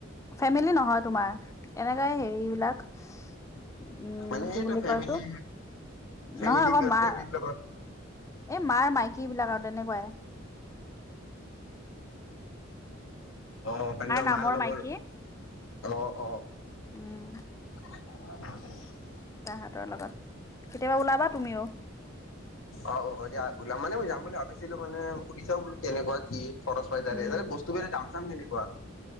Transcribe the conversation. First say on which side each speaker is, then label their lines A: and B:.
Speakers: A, on the left (about 15°); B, on the left (about 85°).
A: ফেমিলি নহয় তোমাৰ এনেকাই হেৰিবলাক উম,
B: মানে
A: কি
B: সেইটো
A: বুলি
B: ফেমিলি
A: এইটো
B: ফেমিলি
A: নহয় আকৌ
B: গ'ল
A: মা
B: ফেমিলিৰ লগত
A: এই মাৰ মাইকী বিলাক আৰু তেনেকুৱাই।
B: অ'তেন্তে
A: নামৰ
B: মাৰ লগৰ
A: মাইকী
B: অ 'অ'।
A: উম।
B: <inaudible>
A: তাহাঁতৰ লগত কেতিয়াবা ওলাবা তুমিও।
B: অ' হ'ব দিয়া ওলাম মানে মই যাম বুলি ভাবিছিলো মানে সুধিছাও বোলো কেনেকুৱা কি। খৰচ পাই যায়
A: উম
B: যে তাতে বস্তুৰ বিলাক দাম চাম কেনেকুৱা?